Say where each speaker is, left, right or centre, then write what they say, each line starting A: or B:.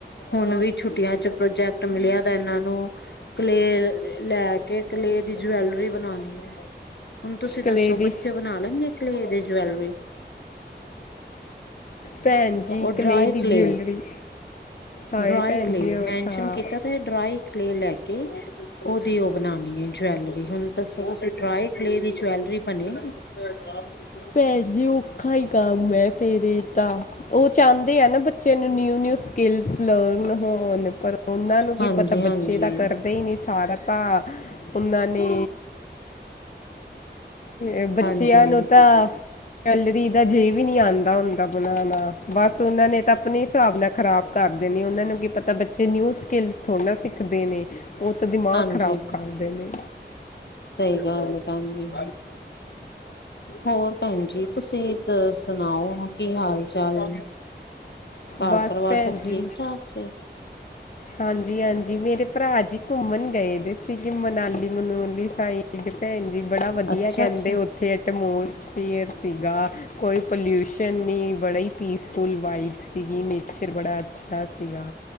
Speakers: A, on the left; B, on the left.
A: ਹੁਣ ਵੀ ਛੁੱਟੀਆਂ ਚ ਪ੍ਰੋਜੈਕਟ ਮਿਲਿਆ ਦਾ ਏਨਾਂ ਨੂੰ ਕਲੇਅ ਲੈ ਕੇ, ਕਲੇਅ ਦੀ ਜਵੈਲਰੀ ਬਣਾਉਣੀ ਹੈ। ਹੁਣ ਤੁਸੀਂ ਦੱਸੋ
B: ਕਲੇ ਦੀ
A: ਬੱਚੇ ਬਣਾ ਲੈਣਗੇ ਕਲੇ ਦੀ ਜਵੈਲਰੀ।
B: ਭੈਣ ਜੀ
A: ਉਹ ਡਰਾਏ
B: ਦੀ
A: ਕਲੇ
B: ਜਿਊਲਰੀ ਹਾਏ
A: ਡਰਾਈ
B: ਭੈਣ
A: ਕਲੇ
B: ਜੀ ਉਹ
A: ਮੈਨਸ਼ਨ
B: ਤਾਂ
A: ਕੀਤਾ। ਤੇ ਡਰਾਈ ਕਲੇ ਲੈ ਕੇ ਉਹਦੀ ਉਹ ਬਣਾਉਣੀ ਹੈ ਜਵੈਲਰੀ, ਹੁਣ ਤੁਸੀਂ ਦੱਸੋ ਡਰਾਏ ਕਲੇ ਦੀ ਜਵੈਲਰੀ ਬਣੇਗੀ। ਤੇ ਚਾਹ ਵੀ ਪੀਣੀ ਆ
B: ਪਹਿਲੀ ਔਖਾ ਹੀ ਕੰਮ ਹੈ ਫਿਰ ਤਾਂ ਉਹ ਚਾਹੁੰਦੇ ਆ ਨਾ ਬ ਬੱਚੇ ਨੂੰ ਨਿਊ ਨਿਊ ਸਕਿੱਲਸ ਲਰਨ ਹੋਣ। ਪਰ ਉਹਨਾਂ ਨੂੰ ਕੀ
A: ਹਾਂਜੀ
B: ਪਤਾ
A: ਹਾਂਜੀ
B: ਬੱਚੇ ਦਾ ਕਰ ਨਹੀ ਨਹੀ ਸਾਰਾਤਾ ਮੈਂਨੇ ਏ ਬੱਚਿਆਂ
A: ਹਾਂਜੀ
B: ਨੂੰ ਤਾਂ ਜੈਲਰੀ ਦਾ ਜੇ ਵੀ ਨਹੀਂ ਆਉਂਦਾ ਹੁੰਦਾ ਬਣਾਉਣਾ ਬਸ ਉਹਨਾਂ ਨੇ ਤਾਂ ਆਪਣੇ ਹਿਸਾਬ ਨਾਲ ਖ਼ਰਾਬ ਕਰਦੇ ਨੇ ਉਹਨਾਂ ਨੂੰ ਕੀ ਪਤਾ ਬੱਚੇ ਨਿਊ ਸਕਿੱਲਸ ਥੋੜ੍ਹਾ ਨਾ ਸਿੱਖਦੇ ਨੇ। ਉਹ ਤੇ ਦਿਮਾਗ
A: ਹਾਂਜੀ
B: ਖਰਾਬ ਕਰਦੇ ਨੇ,
A: ਸਹੀ ਗੱਲ ਹੈ ਭੈਣ ਜੀ ਹੋਰ ਭੈਣ ਜੀ ਤੁਸੀਂ ਤਾ ਸੁਣਾਓ ਕੀ ਹਾਲ ਚਾਲ ਹੈ। ਘਰ
B: ਬਸ
A: ਪਰਿਵਾਰ
B: ਭੈਣ
A: ਸਭ
B: ਜੀ
A: ਠੀਕ ਠਾਕ 'ਚ
B: ਹਾਂਜੀ ਹਾਂਜੀ ਮੇਰੇ ਭਰਾ ਜੀ ਘੁੰਮਣ ਗਏ ਵੀ ਸੀਗੇ ਮਨਾਲੀ ਮਨੋਲੀ ਸਾਈਡ ਇਕ ਭੈਣ ਜੀ ਬੜਾ ਵਧੀਆ
A: ਅੱਛਾ
B: ਕਹਿੰਦੇ
A: ਅੱਛਾ
B: ਉੱਥੇ ਐਟਮੋਸਫੀਅਰ ਸੀਗਾ ਕੋਈ ਪੋਲਿਊਸ਼ਨ ਨੀ ਬੜਾ ਹੀ ਪੀਸਫੁੱਲ ਵਾਈਫ ਸੀਗੀ ਨੇਚਰ ਬੜਾ ਅੱਛਾ ਸੀਗਾ।